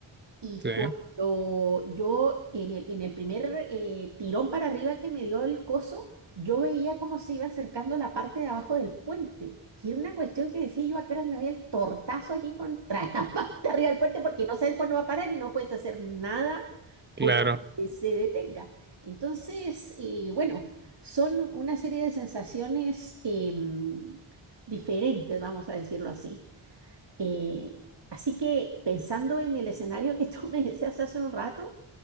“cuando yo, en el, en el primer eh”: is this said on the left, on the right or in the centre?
Right